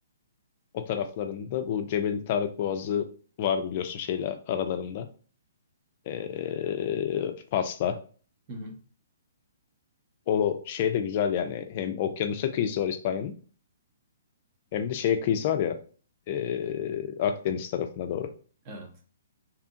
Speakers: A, on the left; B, on the right.
A: o taraflarında bu Cebeli Tarık Boğazı var biliyorsun şeyle aralarında. Ee, Fas'la.
B: Hı hı.
A: O şey de güzel yani. Hem okyanusa kıyısı var İspanya'nın hem de şeye kıyısı var ya ee, Akdeniz tarafına doğru.
B: Evet.